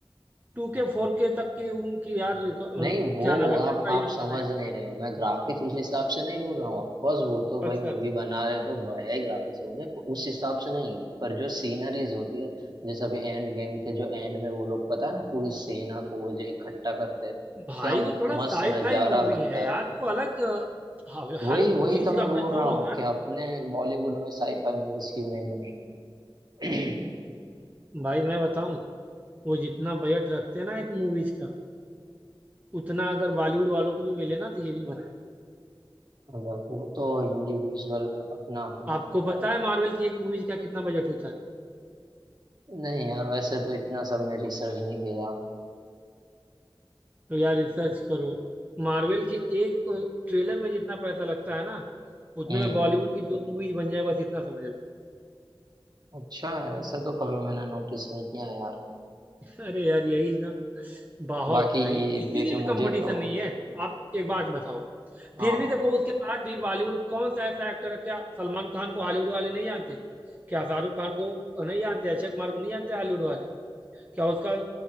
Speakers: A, on the right; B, on the right.
A: टू के फोर के तक की उनकी यार रिक- अ,
B: नहीं वो
A: क्या नाम है कैमरा
B: आप आप
A: यूज कर
B: समझ
A: रहे हैं
B: नहीं रहे हो मैं ग्राफिक्स उस हिसाब से नहीं बोल रहा हूँ ऑफकोर्स वो तो
A: अच्छा
B: भाई मूवी बना रहे तो बढ़िया ही ग्राफिक्स होंगे पर उस हिसाब से नहीं पर जो सीनरीज होती है जैसे अभी एंड गेम के जो एंड में वो लोग पता है ना पूरी सेना को जो इकट्ठा करते हैं
A: भाई
B: क्या
A: वो थोड़ा साई
B: मस्त नजारा
A: फाई मूवी
B: लगता
A: है यार
B: है
A: वो अलग अ, हर
B: वही
A: हर
B: वही
A: चीज
B: तो मैं
A: का अपना
B: बोल
A: जोन
B: रहा
A: होता
B: हूँ
A: है
B: कि
A: ना
B: अपने बॉलीवुड में साईफाई मूवीज क्यों नहीं बन रही अब
A: भाई मैं बताऊं वो जितना बजट रखते हैं ना एक मूवीज का उतना अगर बॉलीवुड वालों को भी मिले ना तो ये भी बनाएंगे
B: वो तो इंडिविजुअल अपना अपना
A: आपको
B: है यार
A: पता है मार्वल की एक मूवीज का कितना बजट होता है
B: नहीं यार वैसे तो इतना सब मैं रिसर्च नहीं किया
A: तो यार रिसर्च करो मार्वल के एक ट्रेलर में जितना पैसा लगता है ना उतने
B: हम्म
A: में बॉलीवुड की दो मूवीज बन जाए बस इतना समझ लो
B: अच्छा ऐसे तो कभी मैंने नोटिस नहीं किया यार
A: <laughs> अरे यार यही ना बहुत
B: बाकी
A: भाई इसीलिए
B: देखिए मुझे
A: कंपटीशन
B: तो
A: नहीं है आप एक बात बताओ
B: हाँ
A: फिर भी देखो उसके बाद भी बॉलीवुड कौन सा ऐसा एक्टर है क्या सलमान खान को हॉलीवुड वाले नहीं जानते क्या शाहरुख खान को नहीं जानते अक्षय कुमार को नहीं जानते हॉलीवुड वाले क्या उसका